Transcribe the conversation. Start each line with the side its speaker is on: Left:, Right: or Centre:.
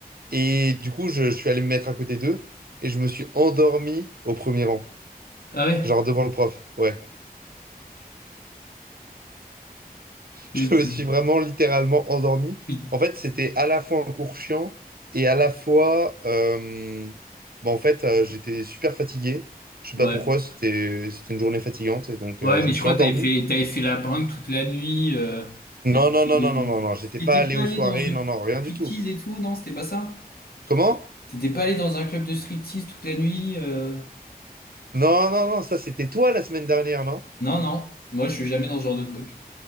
Right: Et du coup, je, je suis allé me mettre à côté d'eux et je me suis endormi au premier rang,
Left: Ah ouais?
Right: genre devant le prof. Ouais.
Left: C'est-
Right: Je
Left: c'est-
Right: me suis vraiment littéralement endormi.
Left: oui.
Right: En fait, c'était à la fois un cours chiant et à la fois, euh, bah, en fait, euh, j'étais super fatigué. Je sais
Left: Ouais.
Right: pas pourquoi, c'était c'était une journée fatigante et donc
Left: Ouais,
Right: euh,
Left: mais
Right: je me
Left: je
Right: suis
Left: crois
Right: endormi.
Left: que t'avais fait, t'avais fait la brinque toute la nuit. euh, t'étais
Right: Non, non, non, non, non, non, non, j'étais
Left: t'étais
Right: pas allé
Left: pas
Right: aux
Left: allé
Right: soirées,
Left: dans une
Right: non, non, rien du
Left: striptease
Right: tout.
Left: et tout, non, c'était pas ça?
Right: Comment?
Left: T'étais pas allé dans un club de striptease toute la nuit? euh,
Right: Non, non, non, ça c'était toi la semaine dernière, non?
Left: Non, non. Moi, je suis jamais dans ce genre de truc.